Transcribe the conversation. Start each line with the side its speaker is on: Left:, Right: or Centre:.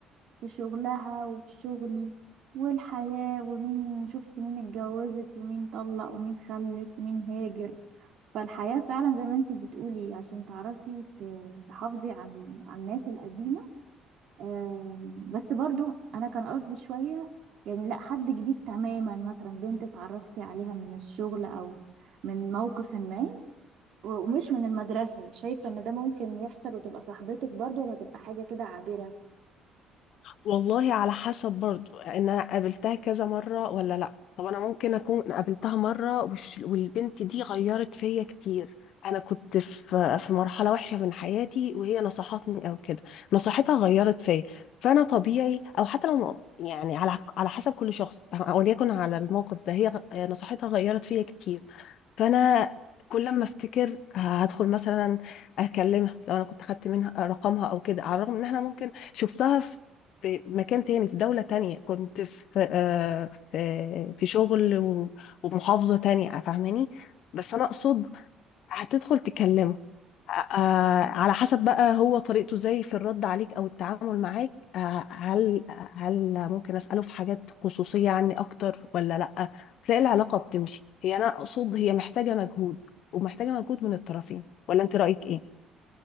Right: في شغلها وفي شغلي والحياة ومين شفت مين اتجوزت ومين طلق ومين خلف ومين هاجر فالحياة فعلا زي ما انت بتقولي عشان تعرفي ت- تحافظي عن عن الناس القديمة أم، بس برضو انا كان قصدي شوية يعني لا حد جديد تماما مثلا بنت اتعرفتي عليها من الشغل او من موقف ما و- ومش من المدرسة شايفة ان ده ممكن يحصل وتبقى صاحبتك برضو ولا تبقى حاجة كده عابرة
Left: والله على حسب برضو ان انا قابلتها كذا مره ولا لا طب انا ممكن اكون قابلتها مره وش- والبنت دي غيرت فيا كتير انا كنت في في مرحله وحشه من حياتي وهي نصحتني او كده نصيحتها غيرت فيا فانا طبيعي او حتى لو ما- يعني على على حسب كل شخص وليكن على الموقف ده هي غ- نصيحتها غيرت فيا كتير فانا كل ما افتكر هدخل مثلا اكلمها لو انا كنت خدت منها رقمها او كده على الرغم ان احنا ممكن شفتها في في مكان تاني في دولة تانية كنت في آه، في في شغل و- ومحافظة تانية فاهماني بس انا اقصد هتدخل تكلمه آه، آه، على حسب بقى هو طريقته ازاي في الرد عليك او التعامل معاك آه، هل هل ممكن اساله في حاجات خصوصيه عني اكتر ولا لا تلاقي العلاقه بتمشي هي انا اقصد هي محتاجه مجهود ومحتاجه مجهود من الطرفين ولا انت رايك ايه